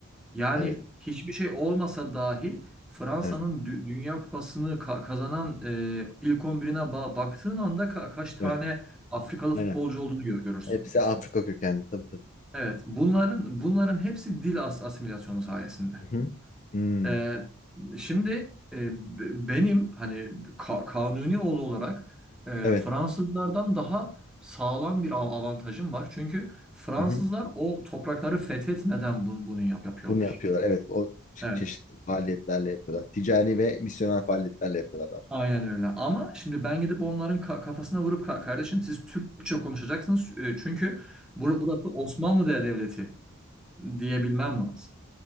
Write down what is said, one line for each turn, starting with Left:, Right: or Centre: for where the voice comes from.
Centre: Yani
Left: Evet.
Centre: hiçbir şey olmasa dahi Fransa'nın
Left: Evet.
Centre: Dü- Dünya Kupası'nı ka- kazanan e, ilk 11'ine ba- baktığın anda ka- kaç tane
Left: Evet.
Centre: Afrikalı
Left: Aynen.
Centre: futbolcu olduğunu gö- görürsün.
Left: Hepsi Afrika kökenli tabii tabii.
Centre: Evet, bunların bunların hepsi dil as asimilasyonu sayesinde.
Left: Hı hı. Hmm.
Centre: Ee, şimdi e, b- benim hani ka- kanuni oğlu olarak e,
Left: Evet.
Centre: Fransızlardan daha sağlam bir av- avantajım var. Çünkü Fransızlar
Left: Hı hı.
Centre: o toprakları fethetmeden bu- bunu yap yapıyorlar.
Left: Bunu yapıyorlar. Evet, o çe-
Centre: Evet,
Left: çeşitli faaliyetlerle yapıyorlar. Ticari ve misyoner faaliyetlerle yapıyorlar.
Centre: aynen öyle. Ama şimdi ben gidip onların ka- kafasına vurup "Ka- kardeşim siz Türkçe konuşacaksınız. e, Çünkü bur- burası Osmanlı de- Devleti diyebilmem lazım.